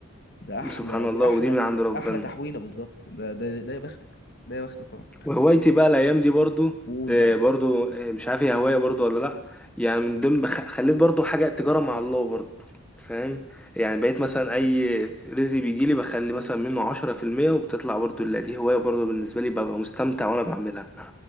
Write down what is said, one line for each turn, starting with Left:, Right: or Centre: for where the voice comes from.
Left: ده احلى
Centre: سبحان
Left: دي
Centre: الله
Left: احلى
Centre: ودي من عند ربنا
Left: احلى تحويلة بالظبط ده ده ده يا بختك ده يا بختك طبعا
Centre: وهوايتي بقى الايام دي برضو
Left: وقول
Centre: آه،
Left: بقى
Centre: برضو آه، مش عارف هي هوايه برضو ولا لا يعني من ضمن بخ- خليت برضو حاجه تجاره مع الله برضو فاهم يعني بقيت مثلا اي رزق بيجي لي بخلي مثلا منه 10% وبتطلع برضو لا دي هوايه برضو بالنسبه لي ببقى مستمتع وانا بعملها